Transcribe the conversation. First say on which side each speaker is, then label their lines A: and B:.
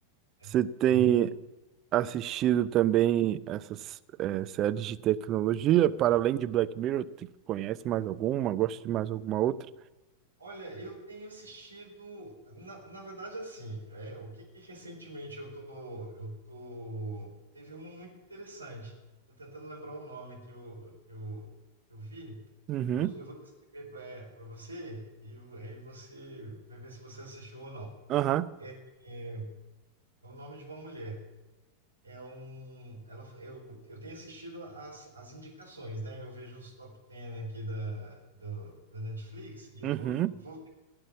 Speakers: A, on the right (about 80°); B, on the right (about 35°).
A: né?
B: Você tem.
A: É,
B: assistido também essas eh, séries de tecnologia, para além de Black Mirror, tu conhece mais alguma? Gosta de mais alguma outra?
A: Olha, eu tenho assistido, na, na verdade, assim, é, o que que recentemente eu tô, eu tô, teve uma muito interessante. Tô tentando lembrar o nome que eu, que eu, que eu vi.
B: Uhum,
A: Vou- eu vou descrever para para você e aí você vai ver se você assistiu ou não.
B: aham,
A: É, é o nome de uma mulher. É um, ela, eu, eu tenho assistido as, as indicações, né? Eu vejo os top 10 aqui da, do, da Netflix e eu
B: uhum.
A: vou, vou